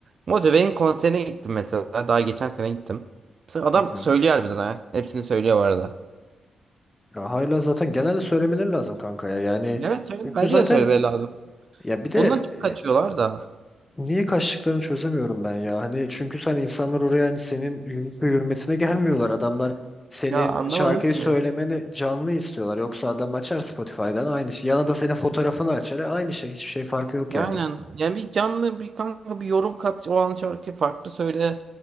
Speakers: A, on the right; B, on the left.
A: Motive'in konserine gittim mesela. Daha geçen sene gittim. Mesela adam
B: Hı hı.
A: söylüyor
B: Hı hı.
A: harbiden ha. Hepsini söylüyor bu arada.
B: Ya hala zaten genelde söylemeleri lazım kanka ya. Yani
A: Evet söyle.
B: çünkü
A: Bence
B: zaten
A: de söylemeleri lazım.
B: ya bir de
A: Bundan çok
B: e,
A: kaçıyorlar da.
B: Niye kaçtıklarını çözemiyorum ben ya. Hani çünkü sen insanlar oraya hani senin yüzüne hürmetine gelmiyorlar. Adamlar senin
A: Ya anlamadım
B: şarkıyı
A: ki.
B: söylemeni canlı istiyorlar. Yoksa adam açar Spotify'dan aynı şey. Yana da senin fotoğrafını açar. E, Aynı şey. Hiçbir şey farkı yok yani.
A: Aynen. Yani bir canlı bir kanka bir yorum kat. O an şarkı farklı söyle.